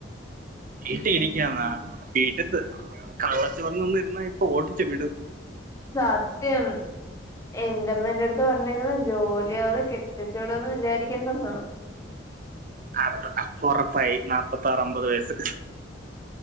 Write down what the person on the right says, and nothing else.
വീട്ടി ഇരിക്കാന്നാ വീട്ടത്ത് <unintelligible> ഇരുന്നാ ഇപ്പൊ ഓട്ടിച്ച് വിടും.
അപ് അപ്പൊ ഉറപ്പായി നാപ്പത്താറ് അമ്പത് വയസ്സ്.